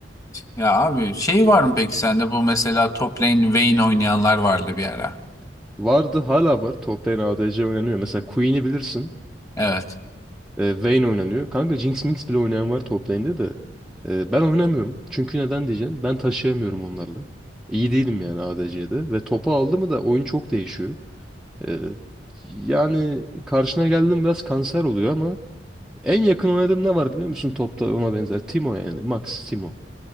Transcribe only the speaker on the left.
Ya abi şey var mı peki sende bu mesela top lane Vayne oynayanlar vardı bir ara.
Evet.